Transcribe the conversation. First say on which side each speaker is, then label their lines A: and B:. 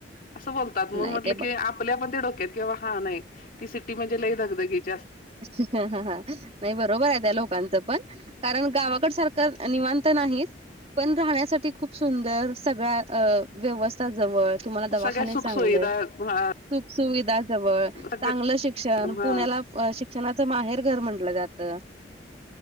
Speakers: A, on the left; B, on the right.
A: असं बोलतात म्हून
B: नाही
A: म्हट
B: ते
A: की
B: ब
A: आपल्या पण ते डक्यात किंवा हा नाही ती सिटी म्हणजे लई धगधगीची ‌.
B: असं का हा हा नाही बरोबर आहे त्या लोकांचा पण कारण गावाकडं सारखं. तर अ निवांत नाही पण राहण्यासाठी खूप सुंदर सगळं अ व्यवस्था जवळ तुम्हाला दवाखाने
A: सगळ्या सुख
B: चांगले
A: सुुविधा
B: आहेत.
A: हा
B: सुख सुुविधा जवळ चांगलं
A: सगळ
B: शिक्षण
A: हा
B: पुण्याला अ शिक्षणाचं माहेर घर म्हंटलं जात.